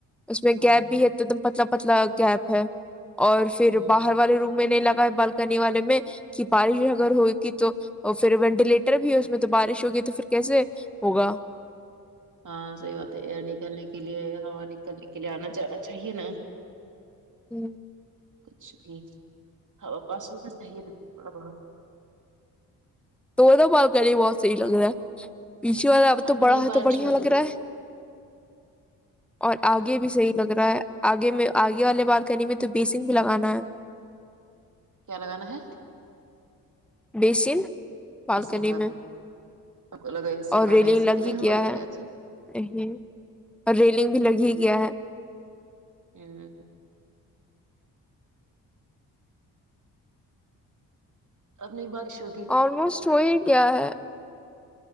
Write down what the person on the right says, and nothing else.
ہاں
ہوں
ہاں صحیح بات ہے ایئر نکلنے کے لیے ہوا نکلنے کے لیے آنا جانا چاہیے نا
کچھ بھی ہوا پاس ہونا چاہیے نا تھوڑا بہت
نہیں
بارش
ہوگی
کیا لگانا ہے
بیسن
سب کو لگا اے سی
لگانا
ہے ای سی
کے لیے
ہم
بولے لے
کے اچھی
ہمم اپنی بارش ہو